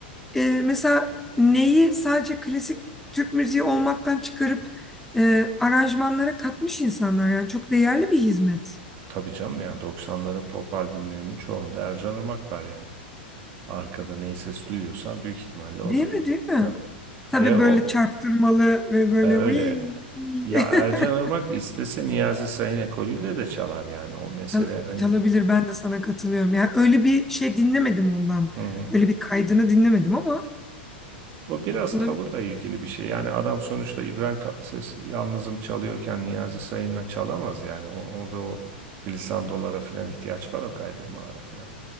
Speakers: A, in the centre; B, on the right.
A: e, mesela neyi sadece klasik Türk müziği olmaktan çıkarıp e, aranjmanlara katmış insanlar yani çok değerli bir hizmet.
B: Tabii canım yani doksanların pop albümlerinin çoğunda Ercan Irmak var yani. Arkada neyi ses duyuyorsan büyük ihtimalle odur
A: Değil mi,
B: yani.
A: değil mi?
B: Tabii.
A: Tabii
B: Ve o
A: böyle çarptırmalı ve böyle
B: e, öyle
A: "Uy, uy."
B: Ya
A: <laughs>
B: Ercan Irmak istese Niyazi Sayın ekolüyle de çalar yani o mesele
A: Çal-
B: hani
A: çalabilir ben de sana katılıyorum. Yani öyle bir şey dinlemedim ondan.
B: hı hı.
A: Öyle bir kaydını dinlemedim ama
B: O biraz
A: olabilir.
B: tavırla ilgili bir şey. Yani adam sonuçta İbrahim Tatlıses yalnızım çalıyorken Niyazi Sayın'la çalamaz yani. O, orada o glissandolara falan ihtiyaç var o kaydırmalara falan.